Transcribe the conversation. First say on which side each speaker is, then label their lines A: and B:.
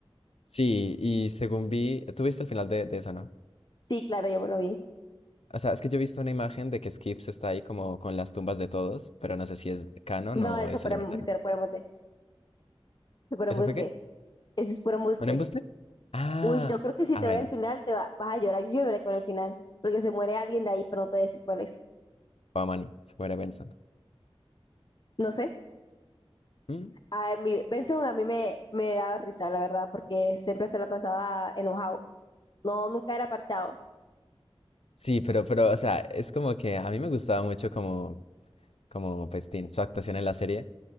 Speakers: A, on the left; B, on the left.
A: Sí, y según vi, tú viste el final de, de eso, ¿no?
B: Sí, claro, yo me lo vi.
A: O sea, es que yo he visto una imagen de que Skips está ahí como con las tumbas de todos, pero no sé si es canon
B: No,
A: o
B: eso
A: eso
B: para
A: lo inventaron.
B: embuste, para embuste, eso para
A: ¿Eso
B: embuste,
A: fue qué?
B: eso es puro embuste.
A: ¿Un embuste? Ah,
B: Uy, yo creo que si
A: ah,
B: te
A: bueno,
B: ve el final te va- vas a llorar, yo lloré con el final, porque se muere alguien de ahí, pero no te voy a decir cuál es.
A: fue a Manny, se muere Benson.
B: No sé.
A: Mm.
B: A mí, Benson a mí me, me daba risa, la verdad, porque siempre se la pasaba enojado. No, nunca era parchado,
A: S- Sí, pero, pero, o sea, es como que a mí me gustaba mucho como, como Pestín, su actuación en la serie,